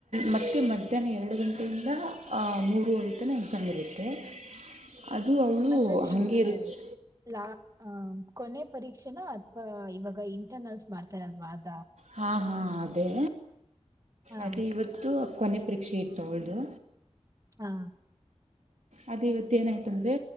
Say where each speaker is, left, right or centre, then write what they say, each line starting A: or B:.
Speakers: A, on the right; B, on the right.
A: ಮತ್ತೆ ಮಧ್ಯಾಹ್ನ ಎರ್ಡ್ ಗಂಟೆಯಿಂದ ಅ ಮೂರುವರೆ ತನ ಎಕ್ಸಾಮ್ ಇರುತ್ತೆ ಅದು ಅವಳು
B: ಅಂದ್ರೆ ನೀವು
A: ಹಾಗೆ ಇರುತ್ತೆ
B: ಲಾ ಅ ಕೊನೆ ಪರೀಕ್ಷೆನ ಅಥವಾ ಇವಾಗ ಇಂಟರ್ನಲ್ಸ್ ಮಾಡ್ತಾರಲ್ವಾ ಅ
A: ಹಾ ಹಾ. ಅದೇ
B: ಹಾ
A: ಅದೇ ಇವತ್ತು. ಕೊನೆ ಪರೀಕ್ಷೆ ಇತ್ತು ಅವಳ್ದು.
B: ಹಾ
A: ಅದು ಇವತ್ ಏನ್ ಆಯ್ತು ಅಂದ್ರೆ